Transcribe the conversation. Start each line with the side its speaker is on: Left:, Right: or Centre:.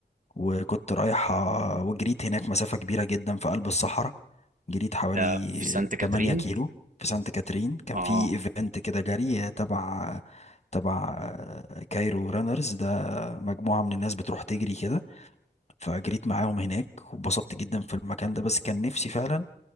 Left: وكنت رايح آه، وجريت هناك مسافة كبيرة جدا في قلب الصحراء جريت حوالي
Right: ده في سانت كاترين
Left: 8 كيلو في سانت كاترين كان
Right: اه
Left: في ايفنت كده جري تبع تبع آه، كايرو رانرز ده مجموعة من الناس بتروح تجري كده فجريت معاهم هناك واتبسطت جدا في المكان ده بس كان نفسي فعلا